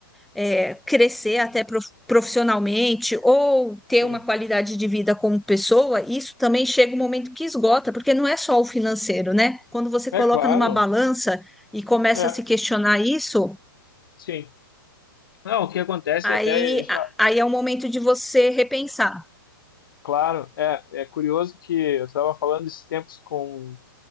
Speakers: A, in the centre; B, on the left (about 65°).
A: é, crescer até profissionalmente ou
B: sim.
A: ter uma qualidade de vida como pessoa, isso também chega um momento que esgota, porque não é só o financeiro, né? Quando você
B: É
A: coloca
B: claro.
A: numa balança e começa
B: É,
A: a se questionar isso,
B: sim. Não, o que acontece
A: aí,
B: até isso,
A: a- aí é o momento de você repensar.
B: claro, é, é curioso que eu estava falando esses tempos com